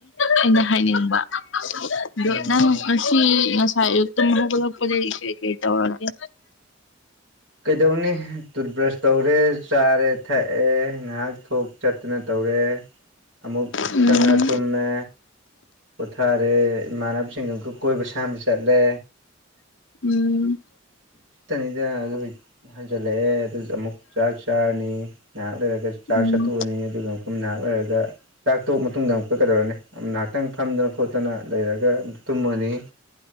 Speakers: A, on the left; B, on the right.
A: ꯑꯩꯅ ꯍꯥꯏꯅꯤꯡꯕ ꯑꯗꯣ
B: ꯑꯣ
A: ꯅꯪ ꯉꯁꯤ ꯉꯁꯥꯏ ꯑꯌꯨꯛ ꯇꯨꯝ ꯍꯧꯒꯠꯂꯤꯄꯗꯩ ꯀꯩ ꯀꯩ ꯇꯧꯔꯒꯦ
B: ꯀꯩꯗꯧꯅꯤ ꯇꯨꯠꯕ꯭ꯔꯁ ꯇꯧꯔꯦ ꯆꯥꯔꯦ ꯊꯛꯑꯦ ꯉꯥꯏꯍꯥꯛ ꯊꯣꯛ ꯆꯠꯇꯨꯅ ꯇꯧꯔꯦ ꯑꯃꯨꯛ
A: ꯎꯝ
B: ꯆꯪꯂꯛꯑ ꯇꯨꯝꯃꯦ ꯄꯣꯊꯥꯔꯦ ꯏꯃꯥꯟꯅꯕꯁꯤꯡꯒ <unintelligible> ꯀꯣꯏꯕ ꯁꯥꯝꯕ ꯆꯠꯂꯦ
A: ꯎꯝ
B: ꯁꯤꯠꯇꯅꯤꯗ ꯑꯗꯨꯕꯨ ꯍꯟꯖꯜꯂꯛꯑꯦ ꯑꯗꯨꯁꯨ ꯑꯃꯨꯛ ꯆꯥꯛ ꯆꯥꯔꯅꯤ ꯉꯥꯏꯍꯥꯛ ꯂꯩꯔꯒ ꯆꯥꯛ
A: ꯎꯝ
B: ꯆꯊꯣꯛꯑꯅꯤ
A: ꯎꯝ
B: ꯑꯗꯨꯒ ꯃꯐꯝ ꯅꯥꯍꯥꯛ ꯂꯩꯔꯒ ꯆꯥꯛ ꯇꯣꯛꯑ ꯃꯇꯨꯡꯗ ꯑꯃꯨꯛꯀ ꯀꯗꯧꯔꯅꯤ ꯉꯥꯏꯍꯥꯛꯇꯪ ꯐꯝꯗꯅ ꯈꯣꯠꯇꯅ ꯂꯩꯔꯒ ꯇꯨꯝꯃꯅꯤ